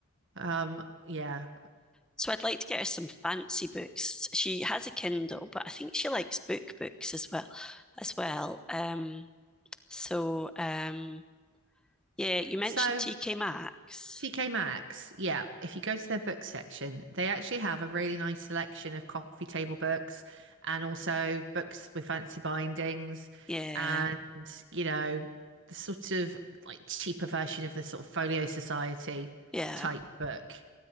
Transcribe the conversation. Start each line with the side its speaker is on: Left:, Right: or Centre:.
Right: um yeah.
Centre: So I'd like to get her some fancy books. She has a Kindle, but I think she likes book books as well, as well. Um, So, um, yeah, you mentioned
Right: So
Centre: TK Maxx.
Right: TK Maxx, yeah, if you go to their book section, they actually have a really nice selection of coffee table books and also books with fancy bindings
Centre: Yeah,
Right: and, you know, the sort of like cheaper version of the sort of Folio Society
Centre: yeah,
Right: type book,